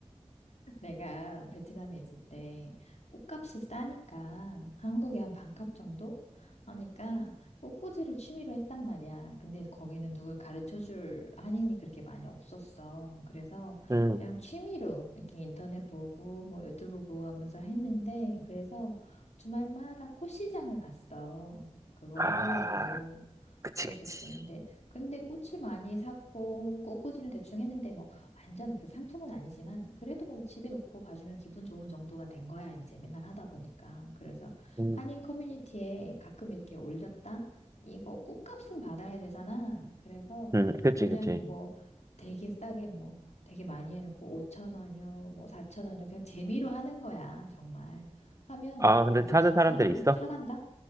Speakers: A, on the left; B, on the right.
A: 내가 베트남에 있을 때 꽃값이 싸니까 한국에 한 반값 정도 하니까 꽃꽂이를 취미로 했단 말이야. 근데 거기는 누굴 가르쳐 줄 한인이 그렇게 많이 없었어. 그래서
B: 음.
A: 그냥 취미로 이렇게 인터넷 보고 뭐 유튜브 보고 하면서 했는데 그래서 주말마다 꽃시장을 갔어. 그걸
B: 아,
A: 하려고.
B: 그치,
A: 그래서
B: 그치.
A: 근데 근데 꽃을 많이 샀고 꽃꽂이는 대충 했는데 뭐 완전 그 상품은 아니지만 그래도 뭐 집에 놓고 봐주면 기분 좋은 정도가 된 거야 이제 맨날 하다 보니까 그래서
B: 음,
A: 한인 커뮤니티에 가끔 이렇게 올렸다 이거 꽃값은 받아야 되잖아 그래서
B: 음, 그치,
A: 그냥
B: 그치.
A: 뭐 되게 싸게 뭐 되게 많이 해놓고 5천 원이요 뭐 4천 원이요 그냥 재미로 하는 거야 정말 하면
B: 아, 근데
A: 그걸 또
B: 사는
A: 누가
B: 사람들
A: 사간
B: 있어?
A: 사간다?